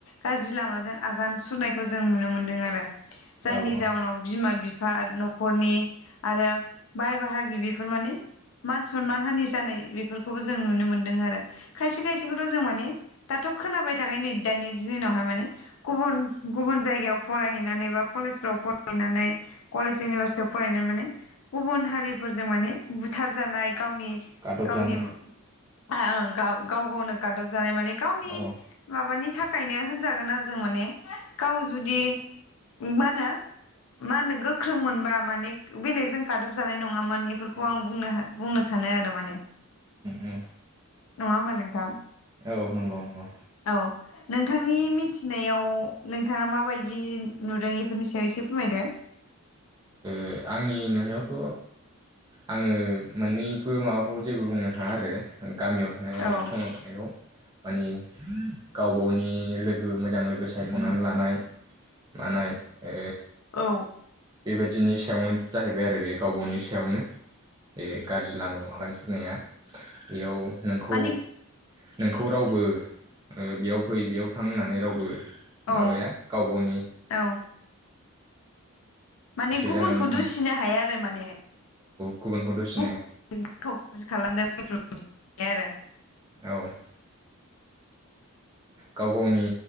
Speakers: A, on the left (about 65°); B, on the right (about 20°).
A: गाज्रि लामाजों आगान सुरनायखौ जों नुनो मोन्दों आरो। जायनि
B: औ औ
A: जाउनाव बिमा बि बिफा न'ख खरनि आरो बाय बाहागि बेफोर मानि मान सनमान हानि जानाय बेफोरखौबो जों नुनो मोन्दों आरो खायसे खायसेखौथ' जों माने दाथ' खोनाबाय थाखायो नै दानि दिनावहाय माने गुबुन गुबुन जायगायाव फरायहैनानै बा कलेजफ्राव फरायनानै कलेज इउनिभारसि थि फरायनाय माने गुबुन हारिफोरजों माने बुथार जानाय। गावनि
B: गादबजानाय
A: गावनिम आ ओं गाव गाव गावनो गादब जानाय माने गावनि
B: औ
A: माबानि थाखायनो होनजागोन आरो जों माने गाव जुदि उम मा होनो मा होनो गोख्रों मोनबा माने बेलेग जों गाटब जानाय नङामोन एफोरखौ
B: उम
A: आं बुंनोहो बुंनो सानो आरो माने
B: उम
A: ।नङा होनबा नोंथां?
B: औ नंगौ नंगौ
A: औ नोंथांनि मिथिनायाव नोंथांआ मा बायदि नुदों इफोरनि सायाव एसे फोरमायदो ।
B: उम आंनि नुनायावथ' आङो मोननैबो माबाखौ जेबो बुंनो थाङा आरो गामियाव थानाय आरो
A: औ
B: टाउनाव थानायाव मानि गाव गावनि लोगो मोजां लोगो सायख'नानै लानाय। मानाय ओ
A: औ
B: बेबायदि दिनि सायावनो जाहैबाय आरो बे गाव गावनि सायावनो । बे गाज्रि लामायाव आगान सुरनाया । बेयाव नोंखौ
A: माने
B: नोंखौ रावबो ओ बेयाव फै बेयाव थां होननानै रावबो
A: औ
B: माबाया गाव गावनि
A: औ माने गुबुनखौ
B: जानानै
A: दुसिनो हाया आरो माने
B: गुबुनखौथ'
A: <unintelligible>
B: औ गाव गावनि